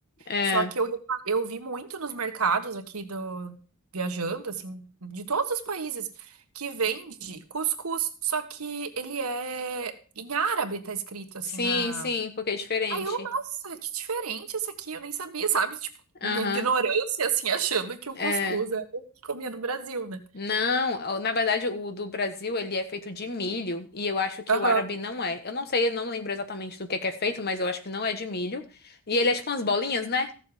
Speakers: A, on the left (about 45°); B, on the right (about 85°).
A: É.
B: Só que eu, repa- eu vi muito nos mercados aqui do viajando, assim, de todos os países, que vende cuscuz, só que ele é em árabe, tá escrito assim
A: Sim,
B: na.
A: sim, porque é diferente.
B: Aí eu, nossa, que diferente esse aqui, eu nem sabia, <laughs> sabe? Tipo,
A: Aham.
B: minha ignorância, assim, achando que o
A: É.
B: cuscuz é o que comia no Brasil, né?
A: Não, ó, na verdade o do Brasil ele é feito de milho e eu acho que
B: Aham.
A: o árabe não é. Eu não sei, eu não lembro exatamente do que é que é feito, mas eu acho que não é de milho. E ele é tipo umas bolinhas, né?